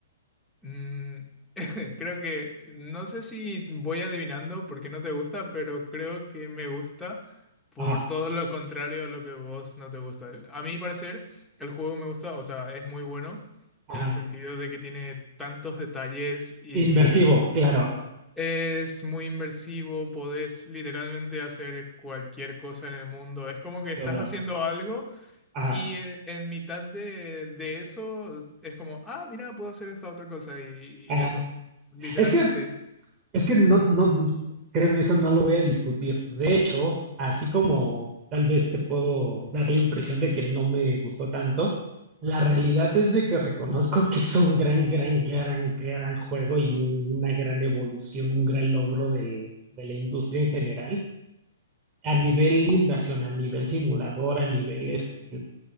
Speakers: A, in the centre; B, on the right.
A: Mm, <laughs> creo que no sé si voy adivinando porque no te gusta, pero creo que me gusta por
B: Ajá,
A: todo lo contrario a lo que vos no te gusta. A mi parecer, el juego me gusta, o sea, es muy bueno
B: ajá.
A: en el sentido de que tiene tantos detalles y
B: Inmersivo, claro,
A: es muy inmersivo, podés literalmente hacer cualquier cosa en el mundo. Es como que
B: claro.
A: estás haciendo algo.
B: Ajá,
A: Y en, en mitad de, de eso es como, ah, mira, puedo hacer esta otra cosa y,
B: ajá.
A: y eso. Literalmente.
B: Es que Es que no, no, créeme, eso no lo voy a discutir. De hecho, así como tal vez te puedo dar la impresión de que no me gustó tanto, la realidad es de que reconozco <laughs> que es un gran, gran, gran, gran juego y un- una gran evolución, un gran logro del- de la industria en general, a nivel inmersión, a nivel simulador, a nivel este,